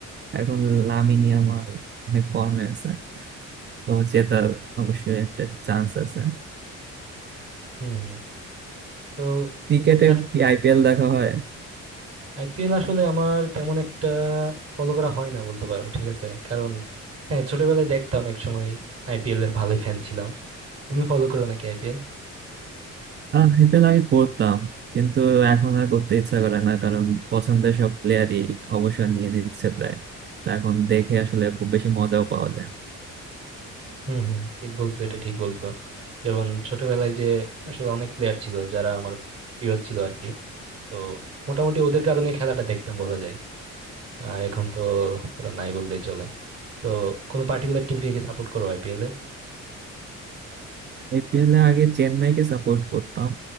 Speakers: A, on the right; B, on the right.
A: এখন লামিন ইয়ামাল অনেক ফর্মে আছে তো জেতার অবশ্যই একটা চান্স আছে
B: হুম হুম তো
A: ক্রিকেটে
B: ফুটবল ছাড়া
A: কি আইপিএল দেখা হয়
B: আইপিএল আসলে আমার তেমন একটা ফলো করা হয় না বলতে পারো ঠিক আছে কারণ হ্যাঁ ছোটবেলায় দেখতাম এক সময় আইপিএল এর ভালোই ফ্যান ছিলাম তুমি ফলো করো নাকি আইপিএল
A: আইপিএল আগে করতাম কিন্তু এখন আর করতে ইচ্ছা করে না কারণ পছন্দের সব প্লেয়ারই অবসর নিয়ে নিচ্ছে প্রায় তো এখন দেখে আসলে খুব বেশি মজাও পাওয়া যায় না
B: হুম হুম ঠিক বলছো এটা ঠিক বলছো যেমন ছোটবেলায় যে আসলে অনেক প্লেয়ার ছিল যারা আমার প্রিয় ছিল আর কি তো মোটামুটি ওদের কারণে খেলাটা দেখতাম বলা যায় আর এখন তো পুরো নাই বললেই চলে তো কোনো পার্টিকুলার টিমকে কি সাপোর্ট করো আইপিএল এ
A: আইপিএল এ আগে চেন্নাইকে সাপোর্ট করতাম